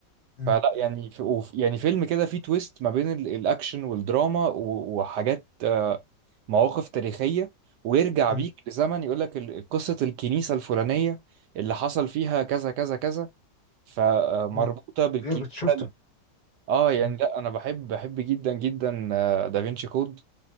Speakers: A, on the left; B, on the right.
A: مم.
B: فلا يعني
A: مم.
B: في وف- يعني فيلم كده فيه تويست ما بين ال- الأكشن والدراما و- وحاجات آه، مواقف تاريخية ويرجع
A: مم.
B: بيك لزمن يقول لك قصة الكنيسة الفلانية اللي حصل فيها كذا كذا كذا فمربوطة
A: مم.
B: بالكنيسة
A: غير شفته
B: اه يعني
A: مم.
B: لا انا بحب بحب جدا جدا آه، دافينشي كود